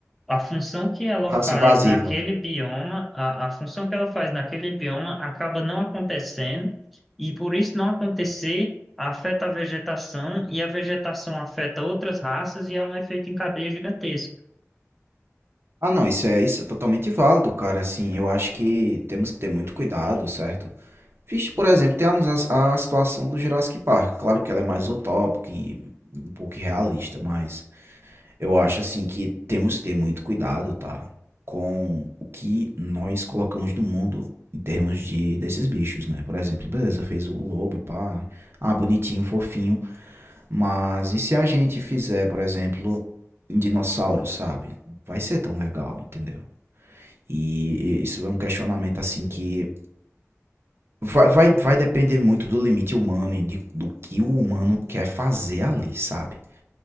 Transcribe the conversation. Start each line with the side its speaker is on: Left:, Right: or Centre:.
Centre: a função que ela
Right: Raça
Centre: faz
Right: invasiva.
Centre: naquele bioma, a, a função que ela faz naquele bioma acaba não acontecendo, e por isso não acontecer, afeta a vegetação, e a vegetação afeta outras raças, e ela é um efeito em cadeia gigantesco.
Right: Ah, não, isso é, isso é totalmente válido, cara. Assim, eu acho que temos que ter muito cuidado, certo? Vixe, por exemplo, temos a, a situação do Jurassic Park. Claro que ela é mais utópica e um pouco irrealista, mas eu acho assim que temos que ter muito cuidado, tá? Com o que nós colocamos no mundo em termos de desses bichos, né? Por exemplo, beleza, fez o lobo e pá, ah, bonitinho, fofinho, mas e se a gente fizer, por exemplo, um dinossauro, sabe? Vai ser tão legal, entendeu? E e isso é um questionamento assim que Vai, vai, vai depender muito do limite humano e de- do que o humano quer fazer ali, sabe?